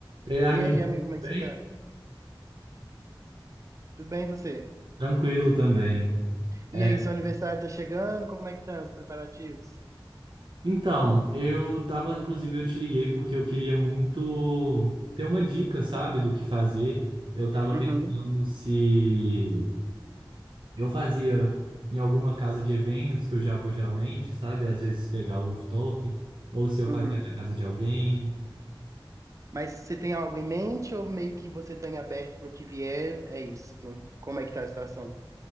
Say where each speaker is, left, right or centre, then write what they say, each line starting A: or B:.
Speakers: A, on the right (about 65°); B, on the right (about 40°).
A: Ei, amigo,
B: E aí, amigo, como é
A: bem?
B: que você tá? Tudo bem, e você?
A: Tranquilo também.
B: E
A: É,
B: aí, seu aniversário tá chegando? Como é que tá os preparativos?
A: Então, eu tava, inclusive, eu te liguei porque eu queria muito ter uma dica, sabe, do que fazer. Eu tava
B: Uhum,
A: pensando se eu fazia em alguma casa de eventos, que eu já vou geralmente, sabe, às vezes pegar o rooftop, ou se eu
B: uhum.
A: fazia na casa de alguém.
B: Mas você tem algo em mente ou meio que você tá em aberto para o que vier? É isso. Como é que tá a situação?